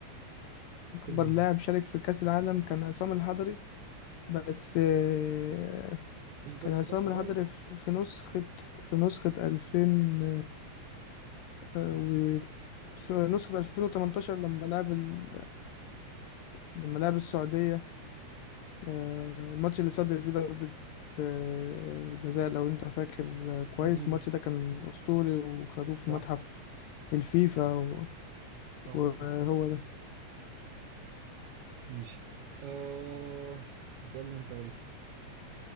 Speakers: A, on the left (about 75°); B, on the right (about 75°).
A: أكبر
B: سن مين
A: لاعب شارك في كأس العالم كان عصام الحضري بس آه،
B: مش بس
A: كان عصام
B: بقى خلاص
A: الحضري في في نسخة في نسخة 2000 آه، و س- نسخة 2018 لما لعب ال... لما لعب السعودية آه، الماتش اللي صدر فيه ضربة آه، جزاء لو انت فاكر آه، كويس
B: امم
A: الماتش ده كان أسطوري وخدوه في
B: صح
A: متحف الفيفا و-
B: صح
A: وهو
B: صح
A: ده
B: ماشي آه اسالني انت قول